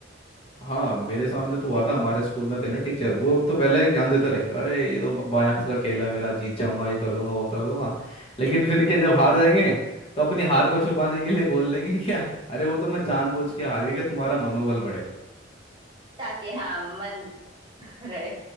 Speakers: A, on the left; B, on the right.
A: हाँ मेरे सामने तो हुआ था हमारे स्कूल में थे ना टीचर वो तो पहले ज्ञान देते रहेंगे अरे ये तो बाएं हाथ का खेल है मेरा जीत जाऊंगा ये कर दूंगा वो कर दूंगा लेकिन फिर क्या जब हार जाएंगे तो अपनी हार को छुपाने के लिए बोल देंगे क्या अरे वो तो मैं जानबूझ के हार गया कि तुम्हारा मनोबल बढ़े
B: ताकि हाँ मन रहे